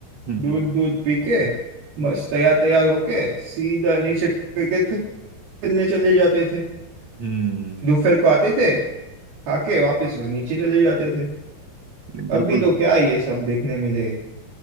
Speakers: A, on the right; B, on the right.
A: हम्म
B: दूध दूध पी के
A: हम्म
B: मस्त तैयार तैयार होके सीधा नीचे क्रिकेट खेलने चले जाते थे
A: हम्म,
B: दोपहर को आते थे खाके वापस नीचे चले जाते थे
A: बिल्कुल
B: अभी तो क्या ये सब देखने मिले